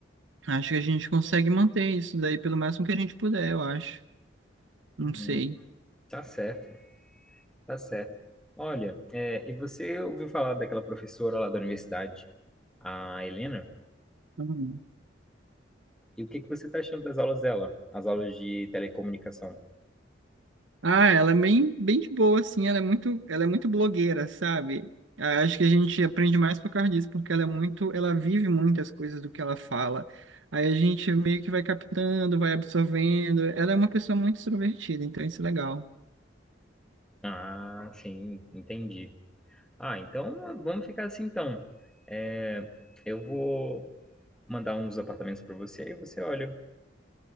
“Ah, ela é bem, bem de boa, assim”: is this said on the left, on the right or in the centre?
Right